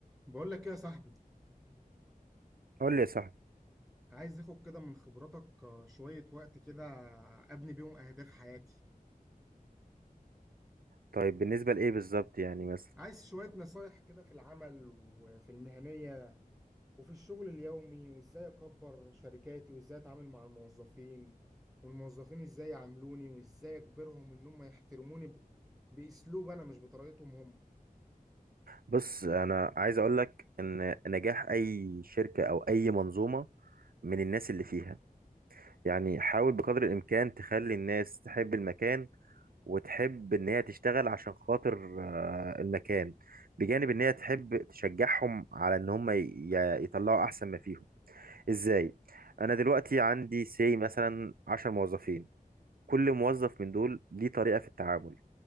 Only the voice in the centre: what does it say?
بقول لك ايه يا صاحبي
عايز اخد كده من خبراتك آه، شوية وقت كده ابني بيهم اهداف حياتي
عايز شوية نصايح كده في العمل وفي المهنية وفي الشغل اليومي وازاي اكبر شركاتي وازاي اتعامل مع الموظفين والموظفين ازاي يعاملوني وازاي اجبرهم ان هم يحترموني ب- باسلوب انا مش بطريقتهم هم